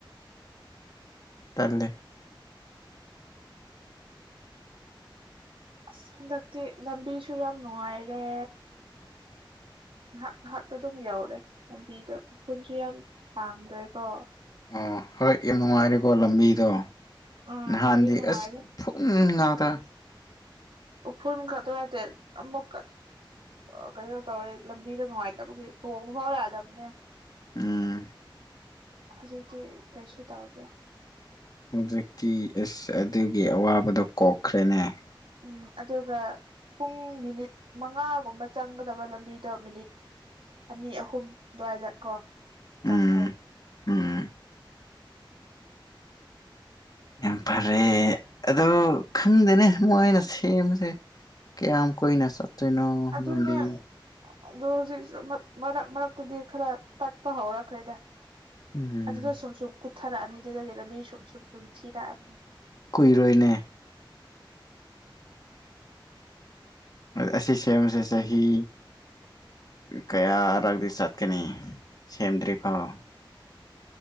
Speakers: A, on the left; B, on the right.
A: ꯇꯜꯂꯦ
B: ꯑꯁ ꯍꯟꯗꯛꯇꯤ ꯂꯝꯕꯤꯁꯨ ꯌꯥꯝ ꯅꯨꯡꯉꯥꯏꯔꯦ ꯉꯥꯏꯍꯥꯛ ꯉꯥꯏꯍꯥꯛꯇ ꯑꯗꯨꯝ ꯌꯧꯔꯦ ꯂꯝꯕꯤꯗꯣ ꯎꯐꯨꯟꯁꯨ ꯌꯥꯝ ꯊꯥꯡꯗ꯭ꯔꯦ ꯀꯣ
A: ꯑꯣ ꯍꯣꯏ ꯌꯥꯝ ꯅꯨꯡꯉꯥꯏꯔꯦꯀꯣ ꯂꯝꯕꯤꯗꯣ
B: ꯑꯥ
A: ꯅꯍꯥꯟꯗꯤ
B: ꯂꯝꯕꯤ ꯅꯨꯡꯉꯥꯏꯔꯦ
A: ꯑꯁ ꯎꯐꯨꯟ ꯉꯥꯛꯇ
B: ꯎꯐꯨꯟ ꯈꯇꯔ ꯅꯠꯇꯦ ꯑꯃꯣꯛꯀ ꯑꯥ ꯀꯩꯅꯣ ꯇꯧꯋꯦ ꯂꯝꯕꯤꯗꯣ ꯅꯨꯡꯉꯥꯏꯇꯕꯒꯤ ꯇꯣꯡꯕ ꯐꯥꯎ ꯌꯥꯗꯕꯅꯦ
A: ꯎꯝ
B: ꯍꯧꯖꯤꯛꯀꯤ ꯀꯩꯁꯨ ꯇꯧꯗꯦ
A: ꯍꯧꯖꯤꯛꯇꯤ ꯏꯁꯁ ꯑꯗꯨꯒꯤ ꯑꯋꯥꯕꯗꯣ ꯀꯣꯛꯈ꯭ꯔꯦ ꯅꯦ
B: ꯎꯝ ꯑꯗꯨꯒ ꯄꯨꯡ ꯃꯤꯅꯤꯠ ꯃꯉꯥꯒꯨꯝꯕ ꯆꯪꯒꯗꯕ ꯂꯝꯕꯤꯗꯣ ꯃꯤꯅꯤꯠ ꯑꯅꯤ ꯑꯍꯨꯝ ꯑꯗꯨꯋꯥꯏꯗ ꯀꯣ
A: ꯎꯝ
B: ꯆꯪꯈ꯭ꯔꯦ
A: ꯎꯝ ꯌꯥꯝ ꯐꯔꯦ ꯑꯗꯨ ꯈꯪꯗꯦꯅꯦ ꯃꯣꯏꯅ ꯁꯦꯝꯕꯁꯦ ꯀꯌꯥꯝ ꯀꯨꯏꯅ ꯆꯠꯇꯣꯏꯅꯣ
B: ꯑꯗꯨꯅꯦ
A: ꯂꯝꯕꯤ
B: ꯑꯗꯣ ꯍꯧꯖꯤꯛꯁꯨ ꯃꯔꯛ ꯃꯔꯛꯇꯗꯤ ꯈꯔ ꯇꯠꯄ ꯍꯧꯔꯛꯈ꯭ꯔꯦꯗ
A: ꯎꯝ
B: ꯑꯗꯨꯗ ꯁꯨꯝ ꯁꯨꯝ ꯀꯨꯠꯊꯔꯛꯑꯅꯤ ꯑꯗꯨꯗꯗꯤ ꯂꯝꯕꯤ ꯁꯨꯝ ꯁꯨꯝ ꯁꯨꯝ ꯊꯤꯔꯛꯑꯅꯤ <inaudible>
A: ꯀꯨꯏꯔꯣꯏꯅꯦ ꯑꯁꯤ ꯁꯦꯝꯕꯁꯦ ꯆꯍꯤ ꯀꯥꯌꯥꯔꯛꯇꯤ ꯆꯠꯀꯅꯤ ꯁꯦꯝꯗ꯭ꯔꯤꯐꯥꯎ